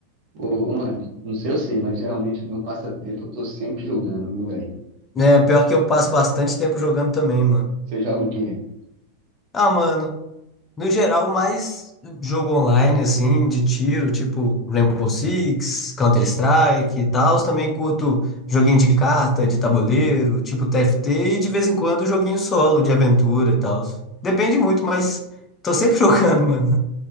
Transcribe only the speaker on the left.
É, pior que eu passo bastante tempo jogando também, mano.
Ah, mano. No geral, mais jogo online, assim, de tiro, tipo Rainbow Six, Counter-Strike e tal. Também curto joguinho de carta, de tabuleiro, tipo TFT, e de vez em quando joguinho solo, de aventura e tal. Depende muito, mas tô sempre <laughs> jogando, mano.